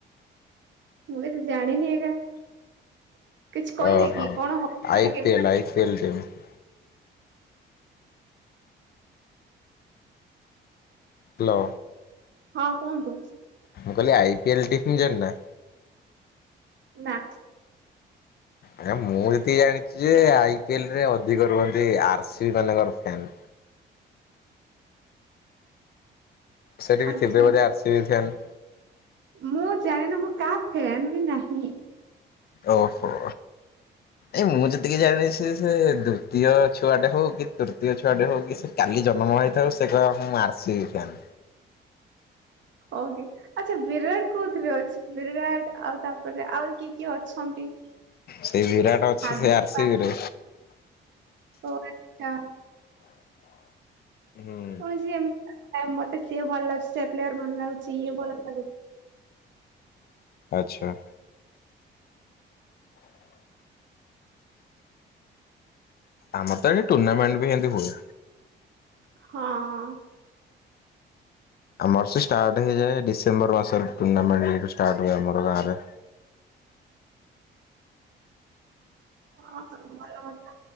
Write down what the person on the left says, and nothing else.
ଓହୋ
ଆଇ
<unintelligible> ହାଲୋ।
ମୁଁ କହିଲି ଆଇ ପିଏଲ ଟିମ୍ ଜାଣିନ ନା।
ଆଜ୍ଞା ମୁଁ ଯେତିକି ଜାଣିଚି ଯେ ଆଇ ପି ଏଲ ରେ ଅଧିକ ରୁହନ୍ତି ଆର୍ ସିବି ବାଲାଙ୍କର ଫ୍ୟାନ୍। ସେଠି ବି
ଥିବେ ବୋଧେ ଆରସିବି ଫ୍ୟାନ।
ଓହୋ। ଏଇ ମୁଁ ଯେତିକି ଜାଣିସି ସେ ଦ୍ବିତୀୟ ଛୁଆଟେ ହଉ କି ତୃତୀୟ ଛୁଆଟେ ହଉ କି ସେ କାଲି ଜନ୍ମ ହେଇଥାଉ ସେ କହିବ ମୁ ଆରସିବି ଫ୍ୟାନ୍।
ସେଇ ବିରାଟ ଅଛି
ସେ ଆର ସି
ବି ରେ।
ହୁଁ।
ଆଚ୍ଛା। ଆମର ତ ଏ ଟୁର୍ଣ୍ଣାମେଣ୍ଟ ବି ଏମିତି ହୁଏ।
ଆମର ସେ ଷ୍ଟାର୍ଟ ହେଇଯାଏ ଡିସେମ୍ବର ମାସରେ ଟୁର୍ଣ୍ଣାମେଣ୍ଟ ଏଇଠୁ ଷ୍ଟାର୍ଟ ହୁଏ ଆମର ଗାଁରେ।